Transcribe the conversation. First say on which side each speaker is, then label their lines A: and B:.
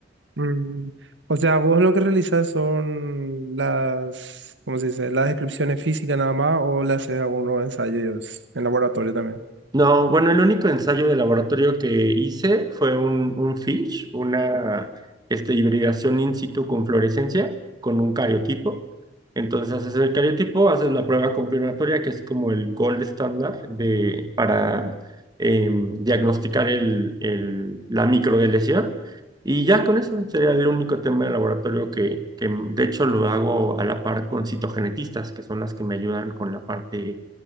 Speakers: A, on the right; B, on the right.
A: Mm. O sea, vos lo que realizás son las, ¿cómo se dice? Las descripciones físicas nada más o le haces algunos ensayos en laboratorio también.
B: No, bueno, el único ensayo de laboratorio que hice fue un, un FISH, una este, hibridación in situ con fluorescencia, con un cariotipo. Entonces haces el cariotipo, haces la prueba confirmatoria, que es como el gold standard de, para em, diagnosticar el, el, la microdeleción. Y ya con eso sería el único tema de laboratorio que, que de hecho lo hago a la par con citogenetistas, que son las que me ayudan con la parte